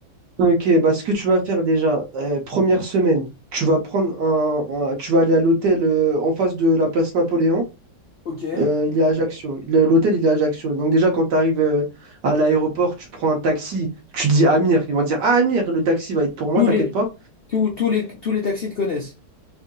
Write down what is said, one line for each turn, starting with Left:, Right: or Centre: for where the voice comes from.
Right: Ok, bah ce que tu vas faire déjà, euh, première semaine, tu vas prendre un, un- tu vas aller à l'hôtel euh, en face de la place Napoléon.
Left: Ok.
Right: euh, il est à Ajaccio. Le- L'hôtel, il est à Ajaccio. Donc déjà, quand tu arrives à l'aéroport, tu prends un taxi, tu dis Amir. Ils vont dire, Ah, Amir, le taxi va être pour moi,
Left: Tous
Right: t'inquiète
Left: les,
Right: pas.
Left: tous, tous les, tous les taxis te connaissent.